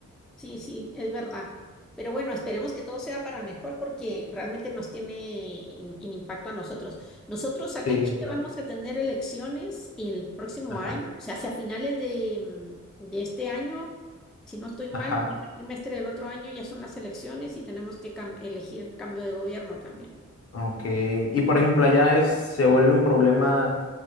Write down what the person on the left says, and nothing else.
Sí,
claro.
Ajá,
ajá.
Ok. Y por ejemplo, allá es, se vuelve un problema